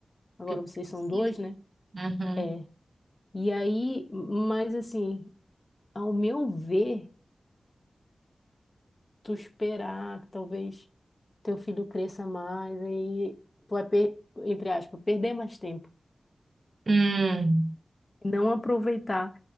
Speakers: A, on the left; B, on the right.
A: agora
B: Que
A: vocês
B: você
A: são
B: precisa.
A: dois, né?
B: Uhum.
A: É. E aí, mas assim, ao meu ver, tu esperar que talvez teu filho cresça mais, aí tu vai, per- entre aspas, perder mais tempo.
B: Hum,
A: Não aproveitar